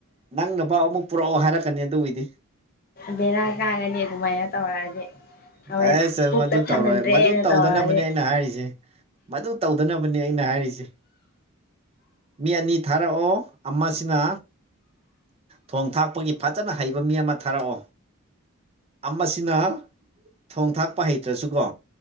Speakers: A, on the right; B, on the left.
A: ꯅꯪꯅ ꯄꯥꯎ ꯑꯃꯨꯛ ꯄꯨꯔꯛꯑꯣ ꯍꯥꯏꯔꯛꯀꯅꯤ ꯑꯗꯨꯒꯤꯗꯤ
B: ꯕꯦꯔꯥ ꯀꯥꯔꯦꯅ‌ꯦ ꯑꯗꯨꯃꯥꯏꯅ ꯇꯧꯔꯛꯑꯗꯤ ꯍꯣꯔꯦꯟ
A: ꯑꯥꯏꯁ ꯑꯥ
B: ꯄꯨꯛꯀ
A: ꯃꯗꯨ
B: ꯊꯟꯍꯟꯗ꯭ꯔꯦꯅ
A: ꯇꯧꯔꯣꯏ ꯃꯗꯨ ꯇꯧꯗꯅꯕꯅꯦ
B: ꯇꯧꯔꯗꯤ
A: ꯑꯩꯅ ꯍꯥꯏꯔꯤꯖꯦ ꯃꯗꯨ ꯇꯧꯗꯅꯕꯅꯦ ꯑꯩꯅ ꯍꯥꯏꯔꯤꯖꯦ ꯃꯤ ꯑꯅꯤ ꯊꯥꯔꯛꯑꯣ ꯑꯃꯁꯤꯅ ꯊꯣꯡ ꯊꯥꯛꯄꯒꯤ ꯐꯖꯅ ꯍꯩꯕ ꯃꯤ ꯑꯃ ꯊꯥꯔꯛꯑꯣ ꯑꯃꯁꯤꯅ ꯊꯣꯡ ꯊꯥꯛꯄ ꯍꯩꯇ꯭ꯔꯁꯨꯀꯣ